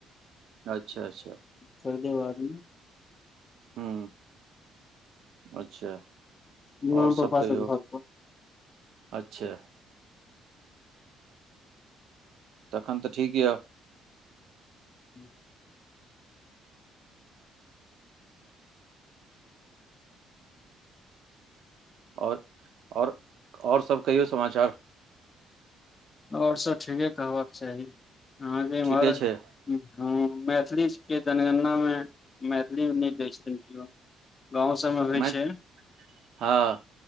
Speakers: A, on the right; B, on the left.
A: अच्छा अच्
B: फ देे बाज में
A: हूँ अच्छा
B: मपापा
A: आओर सभ कहियौ
B: सब घर पर
A: अच्छा तखन तऽ ठीक यऽ
B: हुँ
A: ओर ओर ओर सब कहियो समाचार
B: ओर सब ठीके कहबाक चाही अहाँके
A: ठीके
B: एम्हर
A: छै
B: हँ मैथिलीके जनगणना में मैथिली नहि दै छथिन केओ गाँव सबमे होइ
A: मै
B: छै
A: हँ